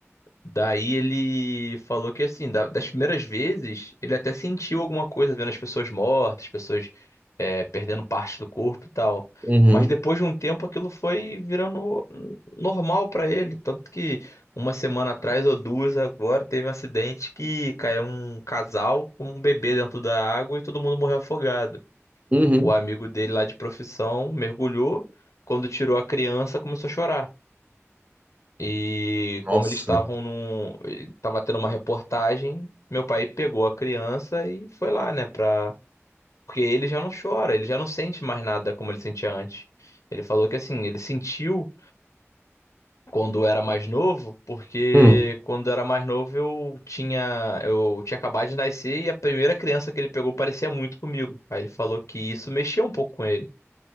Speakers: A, on the left (about 80°); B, on the right (about 30°).
A: Daí ele falou que assim, da- das primeiras vezes, ele até sentiu alguma coisa vendo as pessoas mortas, pessoas é, perdendo parte do corpo e tal.
B: Uhum.
A: Mas depois de um tempo aquilo foi virando normal pra ele. Tanto que uma semana atrás ou duas agora teve um acidente que caiu um casal com um bebê dentro da água e todo mundo morreu afogado.
B: Uhum.
A: O amigo dele lá de profissão mergulhou, quando tirou a criança começou a chorar. E
B: Nossa.
A: como eles estavam num. Tava tendo uma reportagem, meu pai pegou a criança e foi lá, né? Pra... Porque ele já não chora, ele já não sente mais nada como ele sentia antes. Ele falou que assim, ele sentiu quando era mais novo, porque
B: Hum.
A: quando era mais novo eu tinha. Eu tinha acabado de nascer e a primeira criança que ele pegou parecia muito comigo. Aí ele falou que isso mexia um pouco com ele.